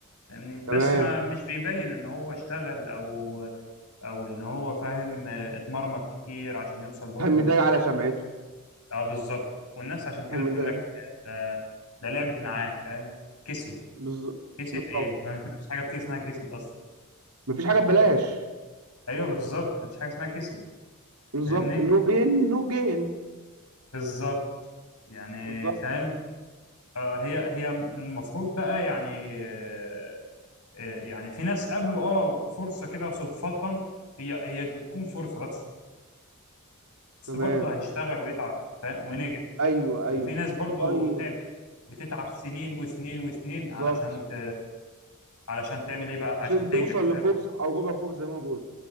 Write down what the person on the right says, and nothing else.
تمام
كان
مضايق
على سمعته
كان مضايق
بالز-
بالظبط
مفيش حاجه ببلاش
بالظبط
نو بين نو جين
بالظبط
تمام
ايوه
ايوه
طيب
بالظبط
عشان
توصل
لفرصه او ربع فرصه زي ما بقول